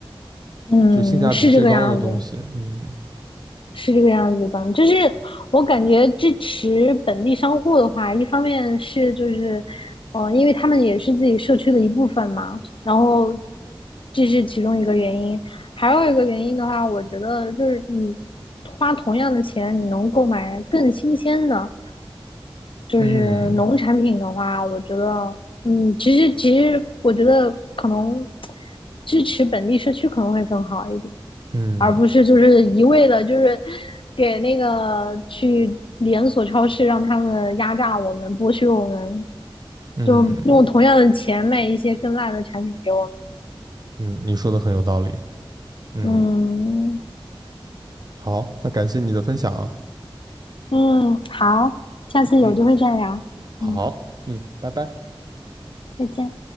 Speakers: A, on the left; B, on the right.
A: 嗯，
B: 就性价比最高的东西。
A: 是这个样子。
B: 嗯
A: 是这个样子的，就是我感觉支持本地商户的话，一方面是就是，嗯、呃因为他们也是自己社区的一部分嘛，然后这是其中一个原因，还有一个原因的话，我觉得就是你花同样的钱，你能购买更新鲜的，就是农产品的话，
B: 嗯
A: 我觉得，嗯，其实其实我觉得可能支持本地社区可能会更好一点。
B: 嗯
A: 而不是就是一味的，就是给那个去连锁超市让他们压榨我们、剥削我们，
B: 嗯
A: 就用同样的钱卖一些更烂的产品给我们。
B: 嗯，你说的很有道理。嗯，
A: 嗯
B: 好，那感谢你的分享啊。
A: 嗯，好，下次有机会再聊。
B: 嗯，好，
A: 嗯，
B: 嗯，拜拜。
A: 再见。